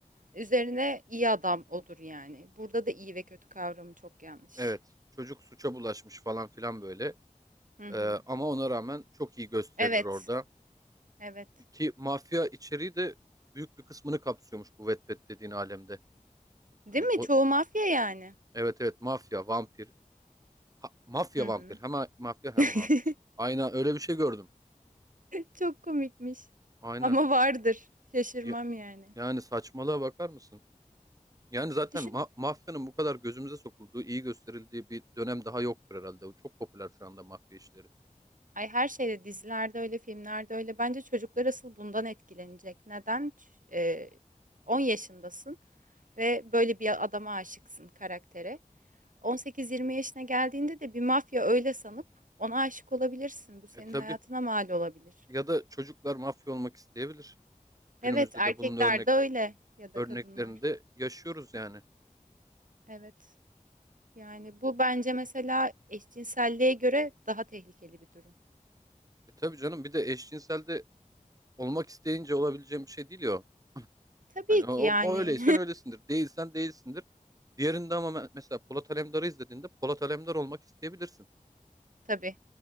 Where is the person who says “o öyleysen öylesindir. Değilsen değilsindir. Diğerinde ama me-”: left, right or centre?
Right